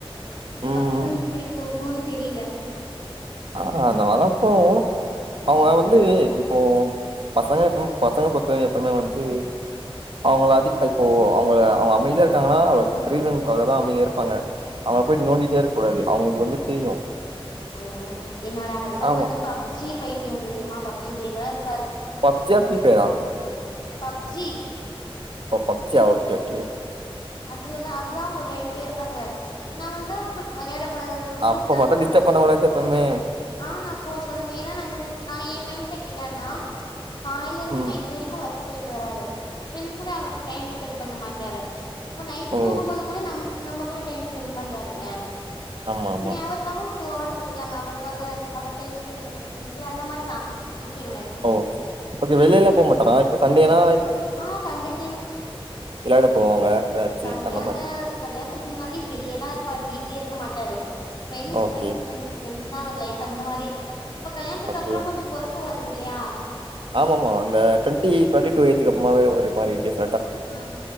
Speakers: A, on the left; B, on the right.
A: இதுக்கப்புறோ
B: ம்
A: எப்டி போகு கோன் தெரியல
B: ஆ ந வளப்போ அவங்க
A: ம்
B: வந்து இப்போ பசங்க எப்யும் பசங்க பொறுத்தவ எப்பவுமே வந்து அவங்களா இப்போ அஞ்சி இப்போ அவங்கள அவங்க அமைதியா க்காங்கன
A: ம்
B: ரீசன்காகதா அமைதியா இருப்பாங்க அவங்கள போயிட்டு நோண்டிட்டே இருக்க கூடாது அவங்களுக்கு வந்து தெரியு
A: அய்யோ என்னோட ஹஸ்பெண்ட்
B: ஆமா
A: வந்து பப்ஜி பைத்தியம் தெரியுமா பப்ஜிலேதா இருப்
B: பப்ஜியா பிரீ பையரா
A: பப்ஜி
B: ஓ பப்ஜியா ஓகே ஓகே
A: அதுலதா அதுதா அவங்க விளையாடிட்டே இருப்பாங்க நா வந்து அப்படி விளையாட கூட ரூல்ஸ்லா
B: அப்ப மட்டு
A: போட
B: டிஸ்டர்ப்
A: மாட்டே
B: பண்ண கூடாது எப்பவுமே
A: ஆ நா போ சொல்ல ஏன்னா என்ன நினை நா ஏ மைண்ட் சே <unintelligible> என்னன்னா காலேலருந்
B: ம்
A: நைட்டு வரைக்கு வொர்க் போயிட்டு வராரு ஃப்ரெண்ட்ஸ் கூட அவர் டைம் ஸ்பெண்ட் பண்ண மாட்டாரு இப்போ நைட்டு
B: ஓ
A: தூங்கும்போது கூட நம் நம்ம கூட டைம் ஸ்பென் பண்றாரு இல்ல
B: ஆமா ஆமா
A: சேரி அவர்க்காக டூ அவர் குடுக்கலாம அவருக்காக அவர் டைம் ஸ்பெண்ட் பண்டும் ஃபரெண்க்கு அந்த மாரி நா விட்டுடுவே
B: ஓகே ஓகே வெளியல்லா போ மாட்டாரா இப்ப சண்டேலா
A: ஆ சண்டே டைம்
B: விளையாட
A: ஐயோ
B: போவாங்க ஏதாச்சு
A: கல்யாண
B: அந்த மாரி
A: கல்யாணத்துக்கு முன்னாடி வெளியதான் இருப்பாரு வீட்லே இருக்க மாட்டாரு friends
B: okay
A: friends friends friends தா அவரு லைஃப் அந்த மாரி இப்ப கல்யாணத்துக்கு
B: ஓகே
A: அப்றோ கொஞ்ச பொறுப் பு வருது இல்லையா
B: ஆமாமா இந்த டெண்டி டுவெண்டி டூ ஏஜ் கப்மாவே ஒரு மாரி டிஸ்
A: ஆ